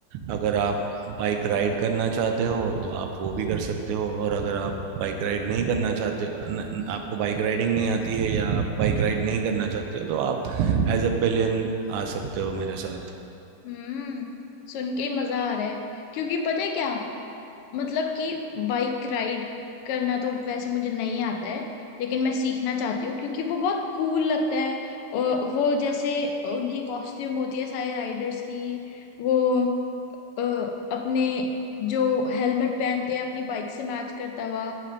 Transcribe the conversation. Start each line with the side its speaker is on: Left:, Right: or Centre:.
Right: अगर आप बाइक राइड करना चाहते हो तो आप वो भी कर सकते हो और अगर आप बाइक राइड नहीं करना चाहते न, न- आपको बाइक राइडिंग नहीं आती है या आप बाइक राइड नहीं करना चाहते हो तो आप एज अ पिलियन आ सकते हो मेरे साथ
Left: हम्म सुन के ही मजा आ रहा है क्योंकि पता है क्या मतलब कि बाइक राइड करना तो वैसे मुझे नहीं आता है लेकिन मैं सीखना चाहती हूँ क्योंकि वो बहुत कूल लगता है और वो जैसे उनकी कॉस्ट्यूम होती है सारे राइडर्स की वो अ, अपने जो हेलमेट पहनते हैं अपनी बाइक से मैच करता हुआ